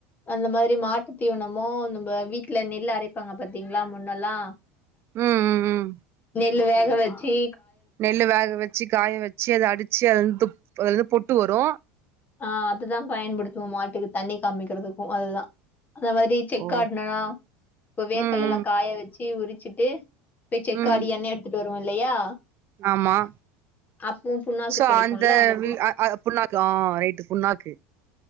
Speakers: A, on the left; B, on the right.
A: அந்த மாரி மாட்டு தீவனமோ நம்ப வீட்ல நெல் அரைப்பாங்க பாத்தீங்களா முன்னெல்லா
B: ம் ம் ம்
A: நெல்லு வேக வச்சி
B: நெல்லு வேக வச்சு காய வச்சு அதை அடுச்சு அதுலந்து ப் அது பொட்டு வரு
A: ஆ அதுதா பயன்படுத்துவோ மாட்டுக்கு தண்ணி காமிக்கிறதுக்கு அதுதா அந்த மாதிரி செக்கு
B: ஓ
A: ஆட்னேனா இப்ப வேர்கல்லலா
B: ம்
A: காய வச்சு உரிச்சிட்டு பேய் செக்
B: ம் ம்
A: ஆடி எண்ணை எடுத்துட்டு வருவோ இல்லையா
B: ஆமா
A: அப்பவு புண்ணாக்கு
B: சோ
A: கெடைக்குல்ல
B: அந்த
A: அந்தப்பு
B: வி அ அ புண்ணாக்கு ஆ ரைட்டு புண்ணாக்கு